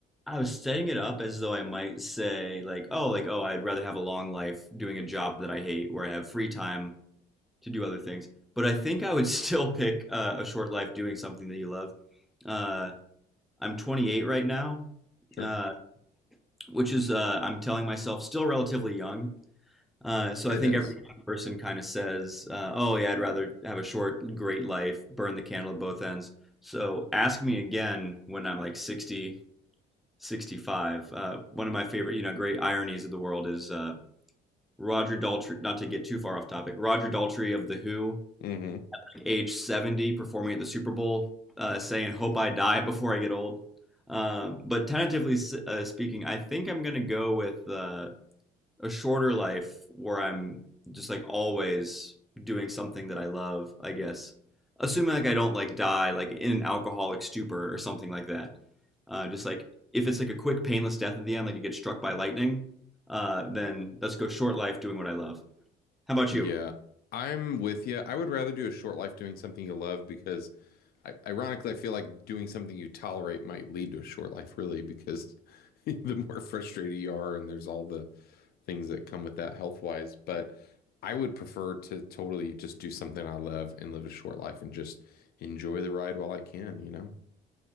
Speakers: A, in the centre; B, on the left (about 65°).
A: I was setting it up as though I might say like, oh, like, oh, I'd rather have a long life doing a job that I hate where I have free time to do other things. But I think I would <laughs> still pick uh, a short life doing something that you love. Uh, I'm 28 right now,
B: Sure.
A: uh, which is uh, I'm telling myself still relatively young. Uh, so
B: It
A: I think
B: is.
A: every young person kind of says, uh, oh yeah, I'd rather have a short, great life, burn the candle at both ends. So ask me again when I'm like 60 65. Uh, one of my favorite, you know, great ironies of the world is uh, Roger Daltrey, not to get too far off topic, Roger Daltrey of The Who,
B: Mm-hmm.
A: like, age 70, performing at the Super Bowl, uh, saying, Hope I die before I get old. Um, but tentatively uh, speaking, I think I'm going to go with uh, a shorter life where I'm just like always doing something that I love, I guess. Assuming like I don't like die like in an alcoholic stupor or something like that. Uh, just like if it's like a quick painless death at the end, like you get struck by lightning, uh, then let's go short life doing what I love. How about
B: Yeah,
A: you?
B: I'm with you. I would rather do a short life doing something you love because, I, ironically, I feel like doing something you tolerate might lead to a short life, really, because <laughs> the more frustrated you are, and there's all the things that come with that health wise. But I would prefer to totally just do something I love and live a short life and just enjoy the ride while I can, you know?